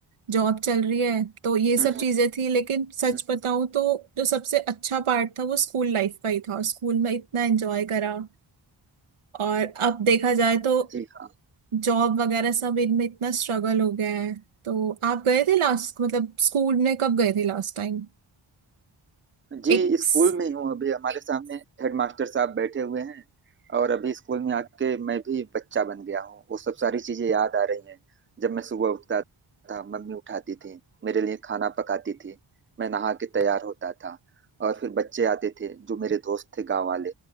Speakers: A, on the right; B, on the right.
A: जॉब चल रही है तो ये सब
B: हम्म
A: चीजें
B: हम्म,
A: थी लेकिन सच
B: हम्म,
A: बताऊं तो जो सबसे अच्छा पार्ट था वो स्कूल लाइफ का ही था स्कूल में इतना एंजॉय करा और अब देखा जाए तो
B: जी हाँ।
A: जॉब वगैरह सब इनमें इतना स्ट्रगल हो गया है तो आप गए थे लास्ट मतलब स्कूल में कब गए थे लास्ट टाइम
B: जी
A: एक
B: स्कूल
A: स-
B: में ही हूँ अभी हमारे सामने हेडमास्टर साहब बैठे हुए हैं और अभी स्कूल में आके मैं भी बच्चा बन गया हूँ वो सब सारी चीजें याद आ रही हैं जब मैं सुबह उठता था मम्मी उठाती थी मेरे लिए खाना पकाती थी मैं नहा के तैयार होता था और फिर बच्चे आते थे जो मेरे दोस्त थे गांव वाले